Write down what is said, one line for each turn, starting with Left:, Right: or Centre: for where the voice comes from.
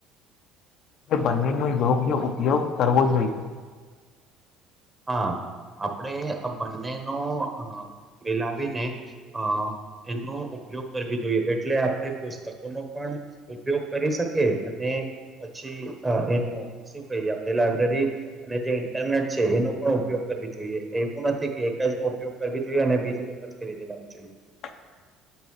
Left: બંનેનો યોગ્ય ઉપયોગ કરવો જોઈએ.
Right: હા આપડે બંનેનો અ મિલાવીને અ એનો ઉપયોગ કરવી જોઈએ એટલે આપડે પુસ્તકો નો પણ ઉપયોગ કરી શકે અને પછી અ એનો <unintelligible> <unintelligible> આપડે લાયબ્રેરી અને જે ઇન્ટરનેટ છે એનો પણ ઉપયોગ કરવી જોઈએ, એવું નથી કે એક જ નો ઉપયોગ કરવી જોઈએ અને બીજું ન બંધ કરી દેવો જોઈએ.
Left: <inaudible>